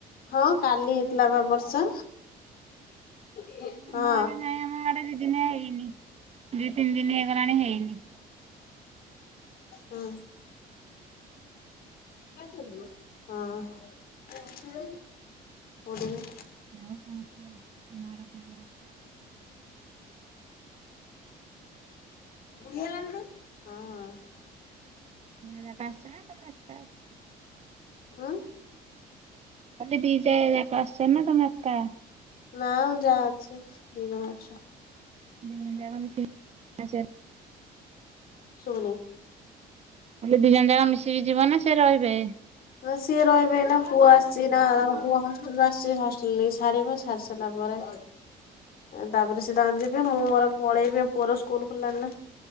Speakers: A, on the left; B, on the right.
A: ହଁ କାଲି ହେଇଥିଲା ବା ବର୍ଷା ହଁ
B: ଆମ ଆଡେ ନାଇଁ ଆମ ଆଡେ ଦି ଦିନ ହେଇନି ଦି ତିନି ଦିନ ହେଇଗଲାଣି ହେଇନି।
A: ହଁ ହଁ କୋଉଠିକି
B: ଆଉ କଣ ଏ ଆରୋକ ପରା
A: ହଁ
B: ହତା ଆସିଛ ନା ଏକା ଆସିଛ
A: ହଁ
B: କ ବିଜା କ୍ ସେନ ଟଙ୍ଗ ଅକାା
A: ନା ଯାହା ଅଛି ବିଗନ ବଷର
B: <unintelligible>
A: ସୁଭୁନି
B: ହେଲେ ଦି ଜଣ ଯାକ ମିଶିକି ଯିବ ନା ସେ ରହିବେ
A: ନା ସିଏ ରହିବେ ନା ପୁଅ ଆସିଛି ନା ତାଙ୍କ ପୁଅ ହଷ୍ଟେଲରେ ଆସିଛି ହଷ୍ଟେଲ ନେଇକ ସାରିବ ସାରି ସାରିଲା ପରେ ତାପରେ ସିଏ ତାଙ୍କ ଯିବେ ମୁଁ ମୋର ପଳେଇବି ପୁଅର ସ୍କୁଲ ଖୋଲିଲାନି ନା